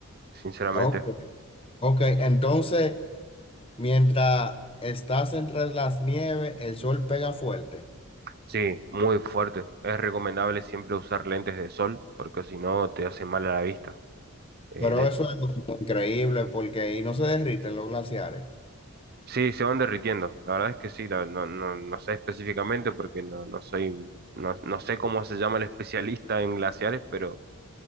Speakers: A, on the right; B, on the left.
A: sinceramente.
B: Ok. Ok, entonces... Mientras estás entre las nieves, el sol pega fuerte.
A: Sí, muy fuerte. Es recomendable siempre usar lentes de sol porque si no te hace mal a la vista. Eh,
B: Pero
A: de-
B: eso es algo como increíble porque ahí no se derriten los glaciares.
A: Sí, se van derritiendo. La verdad es que sí, la- no, no, no sé específicamente porque no, no soy, no, no sé cómo se llama el especialista en glaciares, pero